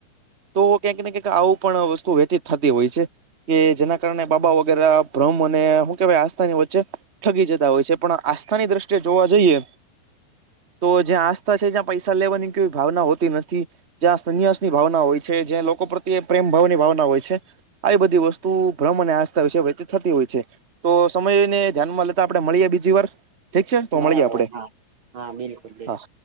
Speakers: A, on the right; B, on the right.
A: તો ક્યાંક ને કેક આવું પણ વસ્તુ વેહતી થતી હોય છે. કે જેના કારણે બાબા વગેરે ભ્રહ્મ અને હુ કેહેવાય આસ્થાની વચ્ચે ઠગી જતા હોય છે પણ આસ્થાની દ્રષ્ટિએ જોવા જઈએ તો જ્યાં આસ્થા છે જ્યાં પૈસા લેવાની કોઈ ભાવના હોતી નથી જ્યાં સંન્યાસ ની ભાવના હોય છે જ્યાં લોકો પ્રત્યે પ્રેમ ભાવની ભાવના હોય છે. આવી બધી વસ્તુ ભ્રમ અને આસ્થા વિશે વહેતી થતી હોય છે. તો સમયને ધ્યાનમાં લેતા આપણે મળીએ બીજી વાર. ઠીક છે તો
B: બરાબર
A: મળીએ આપડે
B: હા હા બિલકુલ બિલકુલ
A: હા.